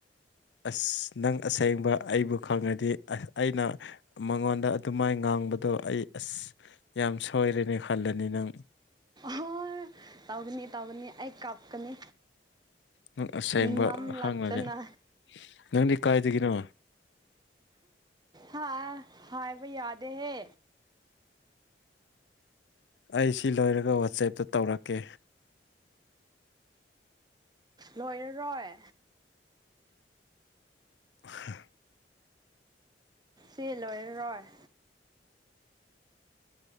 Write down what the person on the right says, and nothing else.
ꯍꯣꯏ ꯇꯧꯒꯅꯤ ꯇꯧꯒꯅꯤ ꯑꯩ ꯀꯞꯀꯅꯤ
ꯅꯤꯡꯉꯝ
ꯂꯛꯇꯅ
ꯍꯥꯥ ꯍꯥꯏꯕ ꯌꯥꯗꯦ ꯍꯦ
ꯂꯣꯏꯔꯔꯣꯏ
ꯆꯦ ꯂꯣꯏꯔꯔꯣꯏ